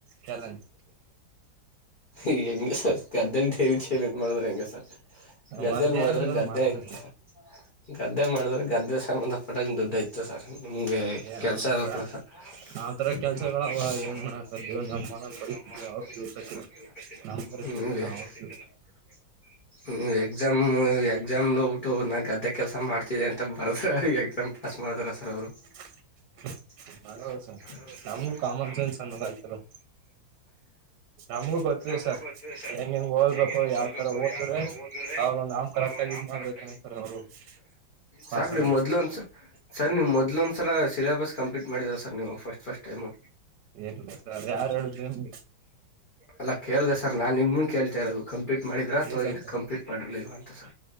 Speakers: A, on the right; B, on the left.
A: ಚಾಲೆಂಜ್
B: ಈ ಹೆಂಗ ಸರ್ ಗದ್ದಲ್ ಲಿ ಚೇಲ್ ಎನ್ ಮಾಡದ್ರ ಹೆಂಗೆ ಸರ್.
A: ನಮ್
B: ಗದ್ದೆಲಿ
A: ಅಧ್ಯಾಯದಲ್ಲಿ
B: ಮಾಡಿದ್ರೆ ಗದ್ದೆ
A: ಮಾಡ್ತಾರೆ
B: ಆಯ್ತ ಗದ್ದೆ ಮಾಡಿದ್ರೆ ಗದ್ದ ಸಂಬಂಧ <unintelligible> ನಿಮಗೆ
A: ಏನ್
B: ಕೆಲ್ಸ
A: ಮಾಡಕ್ಕ
B: ಆಗ್ಬೇಕಲ್ಲ ಸರ್.
A: ಆತರ
B: <unintelligible>
A: ಕೆಲ್ಸಗಳವ ಏನ್ ಮಾಡಕದ್ದು ನಮ್ಮ ನಮ್ ಪರಿಸ್ಥಿತಿ ಅವ್ರ ತಿಳ್ಕತಿಲ್ಲ ನಮ್ ಪರಿಸ್ಥಿತಿ ನಾ ಅವ್ರ
B: ಎಕ್ಸಾಮ್ ಎಕ್ಸಾಮ್ ಹೋಗಬಿಟ್ಟು ನಾ ಗದ್ದ, ಕೆಲಸ ಮಾಡ್ತಿದೆ ಅಂತ ಬರೋಸ್ ಎಕ್ಸಾಮ್ ಪಾಸ್ ಮಾಡದ್ರ ಸರ್ ಅವ್ರು.
A: <inaudible>
B: <unintelligible>
A: ಸರ್ ನಮ್ಗೂ ಕಾಮನ್ ಸೆನ್ಸ್ ಅನ್ನೋದ್ ಆಯ್ತಲ್ಲ ನಮ್ಗೂ ಗೊತ್ತಿದೆ
B: ನಮ್ಗೂ
A: ಸರ್
B: ಗೊತ್ತಿದೆ ಸರ್
A: ಹೆಂಗ್ ಓದ್ಬೇಕು
B: ಹೆಂಗ್ ಹೆಂಗ್
A: ಯಾವ್
B: ಓದ್ಬೇಕು.
A: ತರ ಓದಿದ್ರೆ
B: ಯಾವ್ ತರ ಓದ್ರೆ
A: ಅವ್ರು ನಾವ್ ಕರೆಕ್ಟ್
B: ಅವಾಗ
A: ಆಗಿ
B: ನಾಮ್
A: ಇದ್ ಮಾಡ್ಬೇಕಂತಾರ
B: ಕರಕ್
A: ಅವ್ರು ಪಾಸ್
B: ಸರ್ ನಿವು
A: ಆಗ
B: ಮೊದ್ಲಂದು ಸರ್ ನಿವು ಮೊದ್ಲೊ ಒಂದ್ ಸಲ ಸಿಲೇಬಸ್ ಕಂಪ್ಲೀಟ್ ಮಾಡಿದರ ಸರ್ ನೀವು. ಫಸ್ಟ್ ಫಸ್ಟ್ ಟೈಮು
A: ಇಲ್ಲ ಸರ್ ಯಾರು ಹೇಳಿದ್ರು ನಿಮ್ಗೆ
B: ಅಲ್ಲ ಕೇಳ್ದ ಸರ್ ನಾನ್ ನಿಮ ಕೇಳ್ತಾ ಇರೋದು. ಕಂಪ್ಲೀಟ್, ಮಾಡಿದ್ರ ಅಥವಾ
A: ಇಲ್ಲ ಸರ್
B: ಕಂಪ್ಲೀಟ್ ಮಾಡಿರ್ಲಲ್ವಾ ಅಂತ ಸರ್.